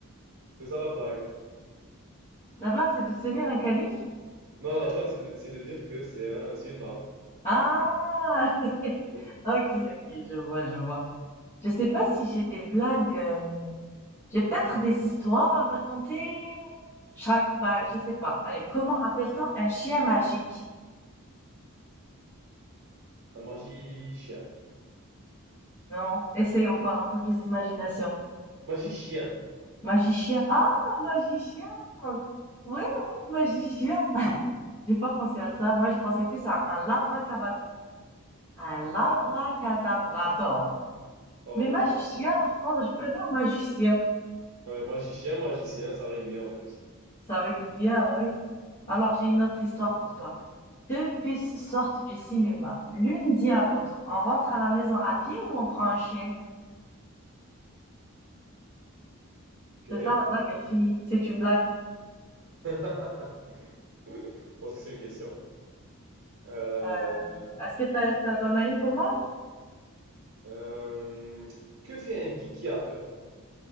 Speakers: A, on the right (about 60°); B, on the left (about 30°).
A: C'est ça la blague.
B: La blague, c'est de se tenir un canif?
A: Non, la blague c'est de, c'est de dire que c'est un c'est une arme.
B: Ah! <laughs>
A: Ouais.
B: Ok, ok, je vois, je vois. Je sais pas si j'ai des blagues. euh, j'ai peut-être des histoires à raconter. Je rac- bah, je sais pas. Allez, comment appelle-t-on un chien magique?
A: Un magicien.
B: Non, essaye encore un peu plus d'imagination.
A: Magicien.
B: Magicien. Ah, magicien. Oui, oui, magicien. J'ai pas pensé à ça. Moi, je pensais plus à un labracabad- un labracadabrador.
A: Oh
B: Mais magicien, je pense, je préfère magicien.
A: wow. Ouais, magicien, magicien, ça rime bien en plus.
B: Ça rime bien, oui. Alors, j'ai une autre histoire pour toi. Deux puces sortent du cinéma. L'une dit à l'autre, on rentre à la maison à pied ou on prend un chien?
A: OK.
B: C'est ça la blague, elle est finie. C'est une blague.
A: <laughs> Bon, ça, c'est une question. Euh,
B: Euh, est-ce que t'as, t'as- t'en as une pour moi?
A: euh, que fait un geek qui a peur?